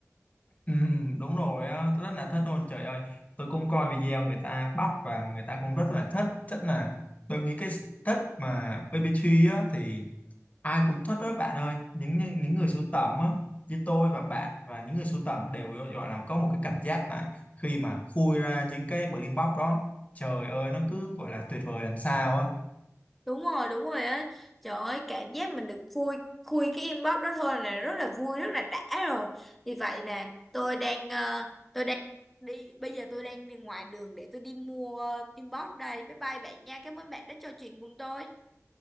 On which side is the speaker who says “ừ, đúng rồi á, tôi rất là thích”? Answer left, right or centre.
Left